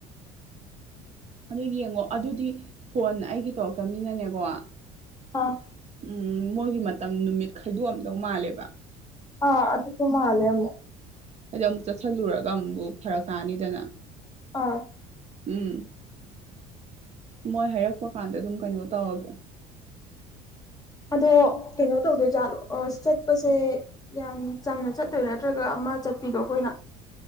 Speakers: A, on the right; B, on the left.
A: <inaudible> ꯑꯗꯨ ꯌꯦꯡꯉꯣ ꯑꯗꯨꯗꯤ ꯐꯣꯟ ꯑꯩꯒꯤ ꯇꯧꯔꯛꯇꯕꯅꯤꯅꯅꯦꯀꯣ
B: ꯑꯥ
A: ꯎꯝ ꯃꯣꯏꯒꯤ ꯃꯇꯝ ꯅꯨꯃꯤꯠ ꯈꯥꯏꯗꯣꯛꯑꯝꯗꯧ ꯃꯥꯜꯂꯦꯕ
B: ꯑꯥ ꯑꯗꯨꯁꯨ ꯃꯥꯅꯦꯦ
A: ꯍꯥꯏꯗꯤ ꯑꯃꯨꯛ ꯆꯠꯁꯤꯜꯂꯨꯔꯒ ꯑꯃꯨꯛꯕꯨ ꯐꯔꯛ ꯇꯥꯅꯤꯗꯅ
B: ꯑꯥ
A: ꯎꯝ ꯃꯣꯏ ꯍꯥꯏꯔꯛꯄ ꯀꯥꯟꯗ ꯑꯗꯨꯝ ꯀꯩꯅꯣ ꯇꯧꯔꯒꯦ
B: ꯑꯗꯣ ꯀꯩꯅꯣ ꯇꯧꯗꯣꯏꯥꯠꯂ ꯑ ꯆꯠꯄꯁꯦ ꯌꯥꯝ ꯆꯝꯅ ꯆꯠꯇꯣꯏ ꯅꯠꯇ꯭ꯔꯒ ꯑꯃ ꯆꯠꯄꯤꯗꯣ ꯑꯩꯈꯣꯏ ꯄꯨ